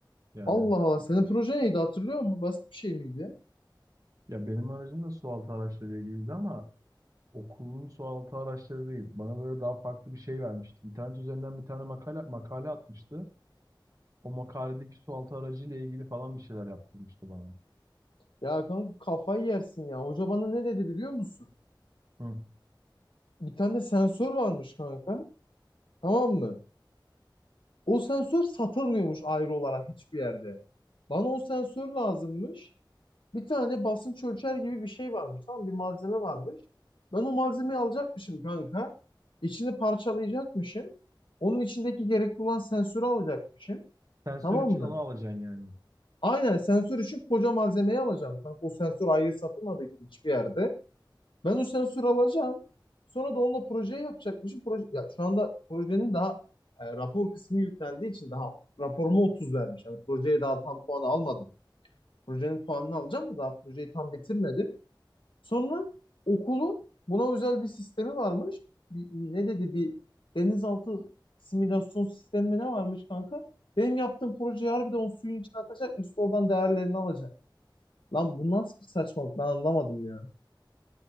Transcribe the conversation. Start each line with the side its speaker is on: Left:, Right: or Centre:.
Right: Yani
Left: Allah Allah senin proje neydi hatırlıyor musun? Basit bir şey miydi?
Right: ya benim aracım da sualtı araçlarıyla ilgiliydi ama okulun sualtı araçları değil. Bana böyle daha farklı bir şey vermişti. İnternet üzerinden bir tane makale, makale atmıştı. O makaledeki sualtı aracıyla ilgili falan bir şeyler yaptırmıştı bana.
Left: Ya kanka kafayı yersin ya. Hoca bana ne dedi biliyor musun?
Right: Hı.
Left: Bir tane sensör varmış kanka. Tamam mı? O sensör satılmıyormuş ayrı olarak hiçbir yerde. Bana o sensör lazımmış. Bir tane basınç ölçer gibi bir şey varmış. Tamam mı? bir malzeme varmış. Ben o malzemeyi alacakmışım kanka. İçini parçalayacakmışım. Onun içindeki gerekli olan sensörü alacakmışım.
Right: Sensör
Left: Tamam
Right: için
Left: mı?
Right: onu alacaksın yani.
Left: Aynen sensör için koca malzemeyi alacağım. Kanka o sensör ayrı satılmadı hiçbir yerde. Ben o sensörü alacağım. Sonra da onunla projeyi yapacakmışım. Proje, ya şu anda projenin daha e, rapor kısmı yüklendiği için daha raporuma 30 vermiş. Yani projeye daha tam puanı almadım. Projenin puanını alacağım da daha projeyi tam bitirmedim. Sonra okulun buna özel bir sistemi varmış. Bir- ne dedi bir denizaltı simülasyon sistemi mi ne varmış kanka? Benim yaptığım projeyi harbiden o suyun içine atacakmış. Oradan değerlerini alacak. Lan bu nasıl bir saçmalık ben anlamadım ya.